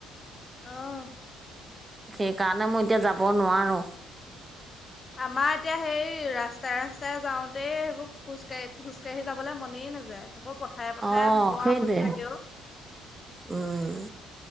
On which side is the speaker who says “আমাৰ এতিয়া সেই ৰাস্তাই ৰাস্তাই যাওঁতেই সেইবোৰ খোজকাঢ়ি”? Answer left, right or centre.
Left